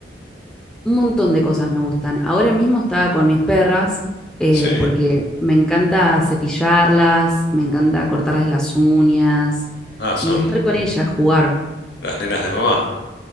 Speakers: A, in the centre; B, on the left.
A: Un montón de cosas me gustan. Ahora mismo estaba con mis perras, eh,
B: Sí.
A: porque me encanta cepillarlas, me encanta cortarles las uñas
B: Ah, son
A: y estar con ellas, jugar.
B: las nenas de mamá.